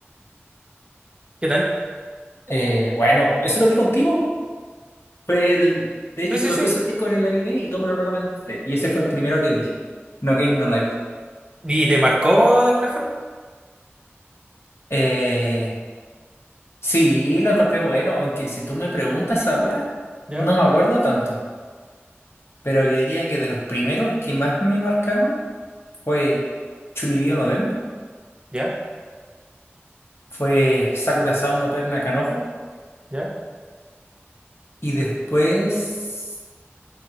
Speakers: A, on the right (about 25°); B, on the left (about 70°).
A: ¿Qué tal?
B: Eh, bueno, eso lo vi contigo. Fue el... De hecho,
A: Sí, sí,
B: tú
A: sí.
B: empezaste con el anime y tú me lo recomendaste. Y ese fue el primero que vi. No Game, No Life.
A: ¿Y te marcó de alguna forma?
B: Eh, sí, lo encontré bueno, aunque si tú me preguntas ahora,
A: Ya,
B: no me acuerdo tanto. Pero yo diría que de los primeros que más me marcaron fue Chunibyo no Demo,
A: ya,
B: fue Sakura Sao no Pet Nakanojo.
A: ya.
B: Y después.